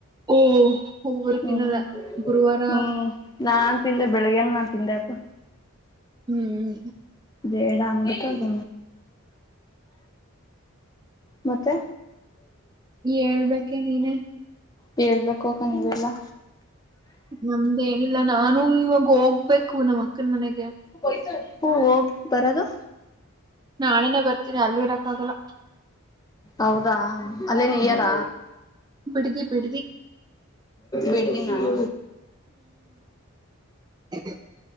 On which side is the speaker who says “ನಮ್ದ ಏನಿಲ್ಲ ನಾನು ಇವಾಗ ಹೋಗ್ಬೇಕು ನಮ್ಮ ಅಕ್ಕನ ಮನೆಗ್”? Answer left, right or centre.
Right